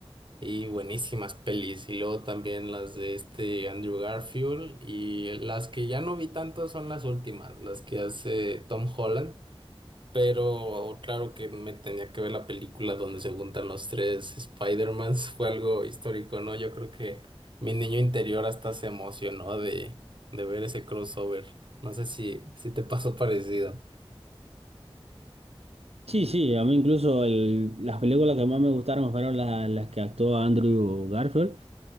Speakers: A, on the right (about 50°); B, on the right (about 80°).
A: Y buenísimas pelis. Y luego también las de este Andrew Garfield. Y las que ya no vi tanto son las últimas, las que hace Tom Holland. Pero claro que me tenía que ver la película donde se juntan los tres Spider-Mans. <laughs> Fue algo histórico, ¿no? Yo creo que mi niño interior hasta se emocionó de, de ver ese crossover. No sé si, si te pasó parecido.
B: Sí, sí, a mí incluso el- las películas que más me gustaron fueron la- las que actuó Andrew Garfield,